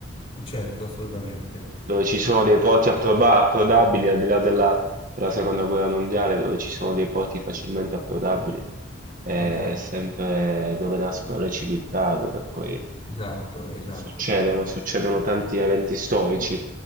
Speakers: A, on the left (about 30°); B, on the right (about 45°).
A: Certo, assolutamente.
B: dove ci sono dei porti approba- approdabili al di là della, della seconda guerra mondiale, dove ci sono dei porti facilmente approdabili, è
A: Esatto,
B: sempre dove nascono le civiltà, dove poi
A: esatto, esatto.
B: succedono, succedono tanti eventi storici.